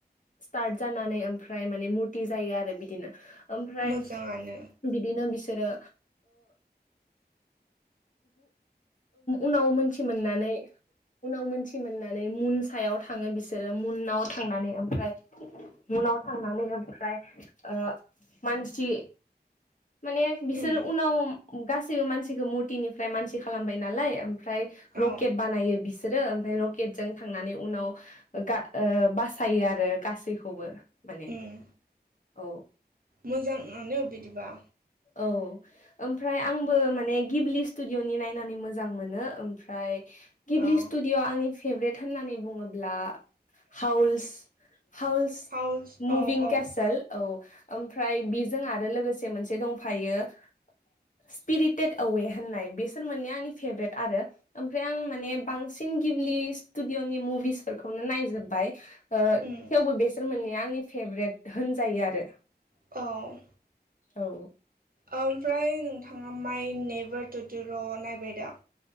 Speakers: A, on the left (about 50°); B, on the right (about 55°).
A: स्टार्ट जानानै ओमफ्राय माने मुरथि जायो आरो बिदिनो ओमफ्राय
B: मोजाङानो
A: बिदिनो बिसोरो उनाव मोनथि मोननानै उनाव मोनथि मोननानै मुन सायाव थाङो बिसोरो मुनाव थांनानै ओमफ्राय उनाव थांनानै ओमफ्राय ओ मानसि माने बिसोर
B: उम
A: उनाव गासैबो मानसिखौ मुरथिनिफ्राय मानसि खालामबाय नालाय ओमफ्राय रकेट
B: औ
A: बानायो बिसोर बिसोरो ओमफ्राय रकेटजों थांनानै उनाव गा ओ बासायो आरो गासैखौबो माने
B: उम
A: औ
B: मोजाङानो बिदिबा
A: औ ओमफ्राय आंबो माने गिबलि स्टुडियअनि नायनानै मोजां मोनो ओमफ्राय गिब्लि
B: औ
A: स्टुडिअ' आंनि फेभरेट होननानै बुङोब्ला हाउलस हाउस
B: हाउस
A: मुभिं
B: औ औ
A: केसेल औ मफ्राय बेजों आरो लोगोसे मोनसे दं फायो स्पिरिटेड आवे होननाय बेसोर मोननि आंनि फेभरेट आरो ओमफ्राय आं माने बांसिन गिबलि स्टुडिअ' नि मुभिसफोरखौनो नायजोबबाय ओ
B: उम
A: थेवबो बेसोर मोननै आंनि फेभरेट होनजायो आरो
B: औ
A: औ
B: ओमफ्राय नोंथाङा माइ नेभार टुउटुर' नायबाय दा